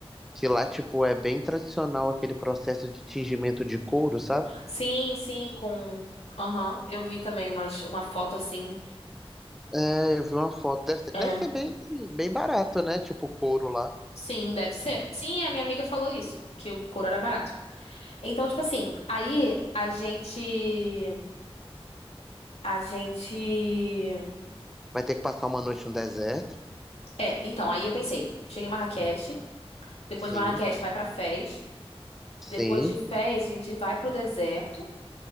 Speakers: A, in the centre; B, on the left.
A: que lá, tipo, é bem tradicional aquele processo de tingimento de couro, sabe?
B: Sim, sim, com. Aham, eu vi também umas, uma foto assim.
A: É, eu vi uma foto. Deve ser,
B: É.
A: deve ser bem, bem barato, né? Tipo, couro lá.
B: Sim, deve ser. Sim, a minha amiga falou isso, que o couro era barato. Então, tipo assim, aí a gente. A gente.
A: Vai ter que passar uma noite no deserto.
B: É, então, aí eu pensei, chega em Marrakech, depois
A: Sim,
B: de Marrakech vai pra Fez,
A: sim.
B: depois de Fez a gente vai pro deserto,